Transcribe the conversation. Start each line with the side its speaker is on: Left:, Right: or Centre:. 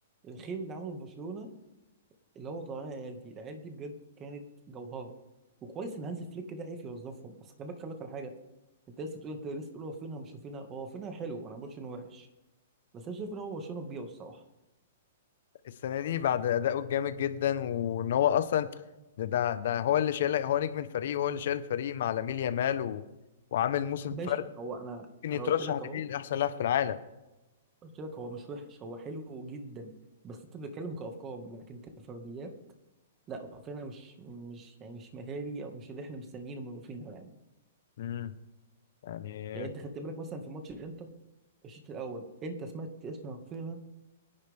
Right: الخير اللي عمله في برشلونه اللي هو طلعنا العيال دي العيال دي بجد كانت جوهره وكويس ان هانز فليك ده عرف يوظفهم بس خلي بالك خلي بالك على حاجه انت لسه بتقول انت لسه بتقول هو فينها مش هو فينها هو فينها حلو انا ما بقولش انه وحش بس انا شايف ان هو برشلونه بيبيعه الصراحه
Left: السنه دي بعد اداؤه الجامد جدا وان هو اصلا ده ده, ده هو اللي شايل هو نجم الفريق وهو اللي شايل الفريق مع لامين يامال و... وعامل موسم
Right: ماشي
Left: فرد
Right: هو انا
Left: ممكن يترشح
Right: انا قلت لك اهو
Left: لبيه لاحسن لاعب في العالم
Right: قلت لك هو مش وحش هو حلو جدا بس انت بتتكلم كارقام لكن كفرديات لا رافينيا مش مش يعني مش مهاري او مش اللي احنا مستنيينه من رافينيا يعني
Left: امم يعني
Right: يعني انت خدت بالك مثلا في ماتش الانتر الشوط الاول انت سمعت اسم رافينيا